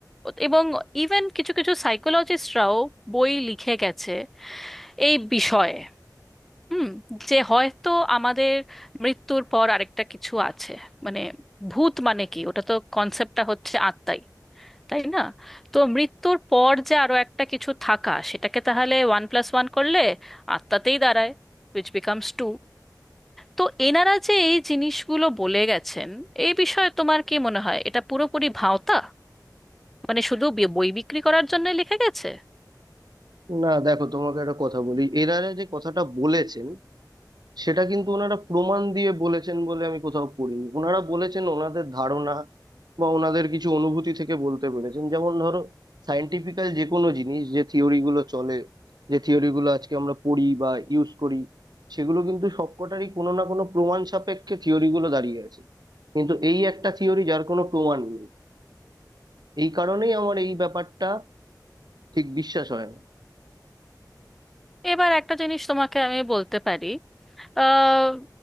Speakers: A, in the centre; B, on the right.
A: এবং ইভেন কিছু কিছু সাইকোলজিস্টরাও বই লিখে গেছে এই বিষয়ে হুম যে হয়তো আমাদের মৃত্যুর পর আরেকটা কিছু আছে মানে ভূত মানে কি ওটা তো কনসেপ্টটা হচ্ছে আত্মাই তাই না তো মৃত্যুর পর যে আরো একটা কিছু থাকা সেটাকে তাহলে ওয়ান প্লাস ওয়ান করলে আত্মাতেই দাঁড়ায় উইচ বিকামস টু তো এনারা যে এই জিনিসগুলো বলে গেছেন এই বিষয়ে তোমার কি মনে হয় এটা পুরোপুরি ভাওতা মানে শুধু বি- বই বিক্রি করার জন্য লিখে গেছে
B: না দেখো তোমাকে একটা কথা বলি এনারা যে কথাটা বলেছেন সেটা কিন্তু ওনারা প্রমাণ দিয়ে বলেছেন বলে আমি কোথাও পড়িনি ওনারা বলেছেন ওনাদের ধারণা বা ওনাদের কিছু অনুভূতি থেকে বলতে পেরেছেন যেমন ধরো সায়েন্টিফিক্যাল যে কোনো জিনিস যে থিওরি গুলো চলে যে থিওরি গুলো আজকে আমরা পড়ি বা ইউজ করি সেগুলো কিন্তু সবকটারই কোনো না কোনো প্রমাণ সাপেক্ষে থিওরি গুলো দাঁড়িয়ে আছে কিন্তু এই একটা থিওরি যার কোনো প্রমাণ নেই এই কারণেই আমার এই ব্যাপারটা ঠিক বিশ্বাস হয় না
A: এবার একটা জিনিস তোমাকে আমি বলতে পারি আহ,